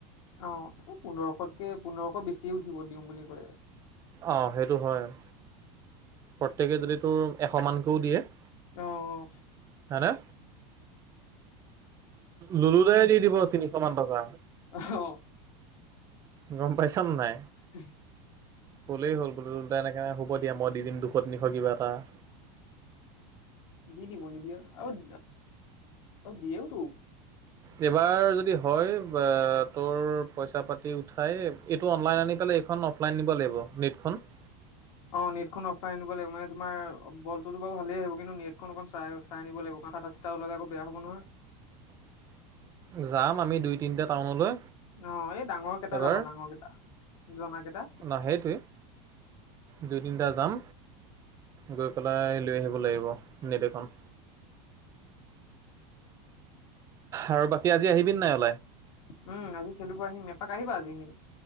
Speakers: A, on the left (about 85°); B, on the right (about 20°).
A: অ এই পোন্ধৰশতকে পোন্ধৰশ বেছি উঠিব দিওঁ বুলি কলে ৷
B: অঁ সেইটো হয় ৷ প্ৰত্যেকে যদি তোৰ এশ মানকেও দিয়ে৷
A: অ-অ
B: হা হয়নে? ললো দাই দি দিব তিনিশ মান টকা৷
A: অহ
B: গম পাইছ নে?
A: হ <unintelligible>
B: ক'লেই হল বোলো দুলু দা এনেকে হ'ব দিয়া মই দি দিম দুশ তিনিশ কিবা এটা ৷
A: দি দিব নিদিয়ে আৰু দিয়েও তো!
B: এইবাৰ যদি হয় বা তোৰ পইচা পাতি উঠাই এইটো অনলাইন আনি পেলাই খন অফলাইন নিব লাগিব নেটখন ৷
A: অ নেটখন অফলাইন আনিব লাগিব মানে তোমাৰ বলটোতো বাৰু ভালে আহিব কিন্তু নেটখন অকণ চাই-চাই আনিব লাগিব। ফাটা চটা ওলাই আকৌ বেয়া হ'ব নহয়৷
B: <unintelligible> যাম আমি দুই তিনিটা টাউনলৈ
A: আহ এই ডাঙৰ কেইটা
B: এবাৰ
A: যাবা ডাঙৰ কেইটা জনা কেইটা৷
B: ন সেইটোৱে দুই তিনিটা যাম গৈ পেলাই লৈ আহিব লাগিব নেট এখন৷ আৰু বাকী আজি আহিবি নে?
A: উম আজি খেলিব আহিম এপাক আহিবা আজি এনে